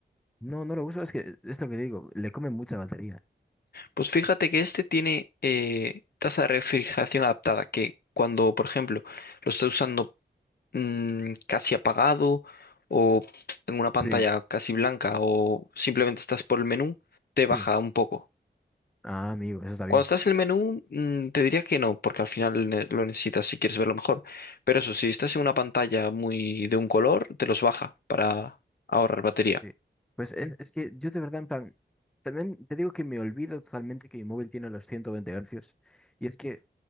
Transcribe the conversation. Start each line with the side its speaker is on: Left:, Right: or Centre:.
Centre: No, no lo uso, es que es lo que digo, le come mucha batería.
Left: Pues fíjate que este tiene eh, tasa de refrigeración adaptada, que cuando, por ejemplo, lo estás usando mm, casi apagado o en una pantalla
Centre: Sí,
Left: casi blanca o simplemente estás por el menú, te baja
Centre: sí.
Left: un poco.
Centre: Ah, amigo, eso está bien.
Left: Cuando estás en el menú, mm, te diría que no, porque al final ne- lo necesitas si quieres verlo mejor. Pero eso, si estás en una pantalla muy de un color, te los baja para ahorrar batería.
Centre: Sí. Pues es, es que yo de verdad, en plan, también te digo que me olvido totalmente que mi móvil tiene los 120 hercios Y es que